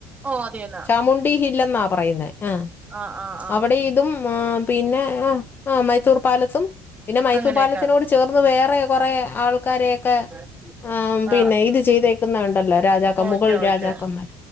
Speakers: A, on the right (about 20°); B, on the left (about 25°).
A: ഓ അത് തന്നെ
B: ചാമു ണ്ടി ഹില്ലന്നാ പറയുന്നേ ആഹ്
A: ആഹ് ആഹ് ആഹ്
B: അവിടെ ഇതും ആ പിന്നെ ആഹ് ആഹ് മൈസൂർ പാലസും പിന്നെ മൈസൂർ
A: അങ്ങനെയൊക്കെ
B: പാലസിനോട് ചേർന്ന് വേറെ കുറെ ആൾക്കാരെയൊക്കെ
A: <inaudible>
B: ആ
A: ആഹ്
B: പിന്നെ ഇത് ചെയ്തേക്കുന്നണ്ടല്ലോ രാജാക്ക
A: ഓക്കെ
B: മുഗൾ
A: ഓക്കെ
B: രാജാക്കന്മാർ